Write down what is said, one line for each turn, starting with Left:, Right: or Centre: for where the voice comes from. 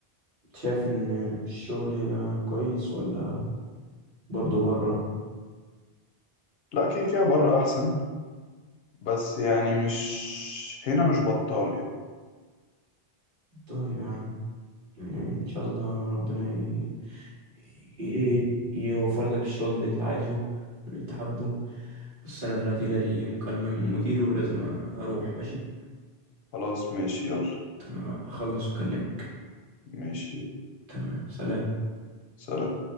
Right: شايف ان الشغل هنا كويس ولا برضه بره
Left: لا كده كده بره أحسن بس يعني مش هنا مش بطال يعني
Right: طيب يا عم يعني ان شاء الله ربنا ي... ي... يوفر لك الشغل اللي انت عايزه واللي انت حابه بس انا دلوقتي جالي مكالمة من مديره ولازم اروح ماشي
Left: خلاص ماشي يلا
Right: تمام اخلص واكلمك
Left: ماشي
Right: تمام سلام
Left: سلام